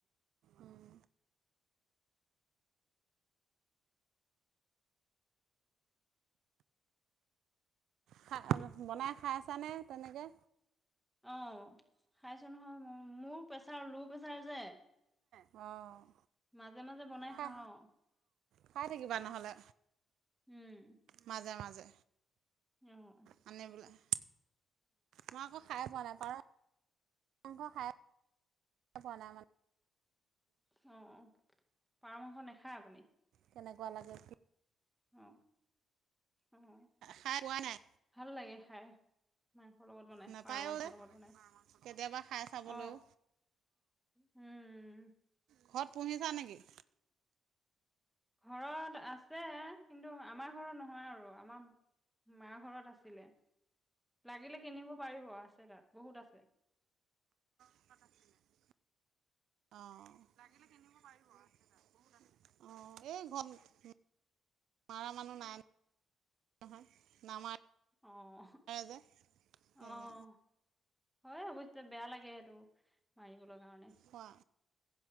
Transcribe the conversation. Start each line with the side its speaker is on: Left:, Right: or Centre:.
Right: উম। খাই বনাই খাইছানে তেনেকে।
Centre: অঁ, খাইছো নহয় ম মোৰ প্ৰেছাৰ ল' প্ৰেচাৰ যে
Right: অঁ
Centre: মাজে মাজে বনাই
Right: খাই
Centre: খাওঁ আও
Right: খাই থাকিবা নহ'লে।
Centre: উম
Right: মাজে মাজে
Centre: অঁ
Right: আনি পেলাই মই আকৌ খাই পোৱা নাই পাৰ মাংস খাই পোৱা নাই মানে
Centre: অ পাৰ মাংস নেখায় আপুনি?
Right: কেনেকুৱা লাগে
Centre: অ, অহ,
Right: খাই পোৱা নাই
Centre: ভাল লাগে খাই, মাংসৰ লগত বনাই,
Right: নাপায়ো
Centre: পাৰ মাংসৰ
Right: যে
Centre: লগত বনাই,
Right: কেতিয়াবা খাই চাবলৈও
Centre: অ উম
Right: ঘৰত পুহিছা নেকি?
Centre: ঘৰত আছে, কিন্তু আমাৰ ঘৰত নহয় আৰু আমাম মা ঘৰত আছিলে, লাগিলে কিনিব পাৰিব আছে তাত বহুত আছে।
Right: অ এই ঘত মাৰা মানুহ নাই নহয় নামাৰে
Centre: অহ-অহ,
Right: যে সেইকাৰণে
Centre: হয় অৱশ্যে বেয়া লাগি কেহেতু, মাৰিবলৈ কাৰণে
Right: খোৱা